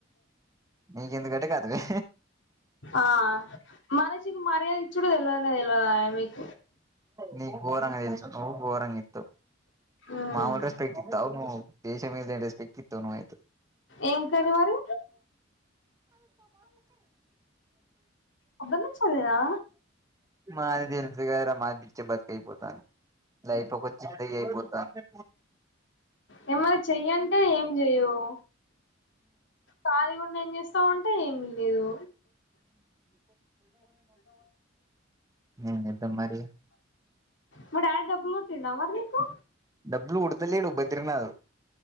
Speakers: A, on the right (about 15°); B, on the left (about 65°).
A: నీకెందుకంటే కాదు లే
B: ఆ మనిషికి మర్యాద ఇచ్చిడు తెల్వనే తెలవాదయే మిక్
A: నీకు గోరంగా తెలుసు అవ్ గోరంగే
B: మ్
A: మాముూలు రెస్పెక్ ఇత్తవు నువ్వు దేశం మీద రెస్పెక్ ఇస్తావ్ నువ్వైతే
B: ఏం కర్రీ మరి పొద్దున్నుంచి అదేనా
A: మాది తేలిత్తేగదరా బిచ్చ బతుకు అయిపోతంది లైఫ్ ఒక జిందగీ అయిపోదంది
B: ఏమన్నా చెయ్యంటే ఏం చెయవు కాలీ కూడ్ నెన్ చెస్ సొన్టే ఏమి లేదు
A: ఏం చేద్దం మరి
B: మా డాడీ డబ్బులు కొట్టిండా మరి నీకు
A: డబ్బులు పుడతలేడు బద్రినాథ్